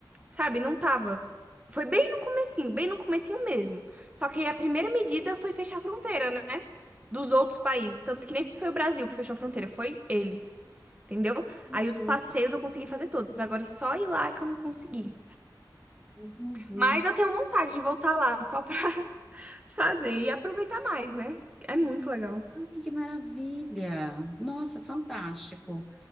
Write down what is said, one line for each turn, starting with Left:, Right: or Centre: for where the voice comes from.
Right: sabe, não tava. Foi bem no comecinho, bem no comecinho mesmo. Só que aí a primeira medida foi fechar a fronteira, né? Dos outros países, tanto que nem foi o Brasil que fechou a fronteira, foi eles. Entendeu?
Centre: Entendi,
Right: Aí os passeios eu consegui fazer todos. Agora só ir lá que eu não consegui.
Centre: entendi.
Right: Mas eu tenho vontade de voltar lá, só pra fazer e aproveitar mais, né? É muito legal.
Centre: Ai, que maravilha. Nossa, fantástico.